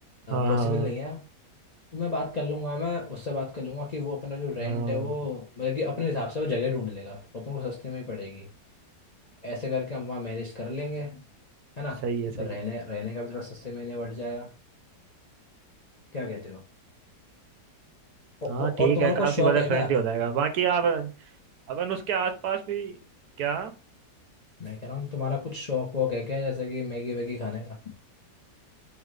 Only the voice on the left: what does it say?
पॉसिबल
नहीं है तो मैं बात कर लूंगा मैं उससे बात कर लूंगा कि वो अपना जो रेंट
है वो मतलब कि अपने हिसाब से वो जगह ढूंढ लेगा तो अपन को सस्ते में ही पड़ेगी ऐसे करके हम वहाँ मैनेज कर लेंगे है ना
तो रहने
रहने का भी थोड़ा सस्ते में निपट जाएगा क्या कहते हो औ-
औ-
और तुम्हारा
कुछ शौक
है क्या
मैं कह रहा हूँ तुम्हारा कुछ शौक वौक है क्या जैसे कि मैगी वैगी खाने का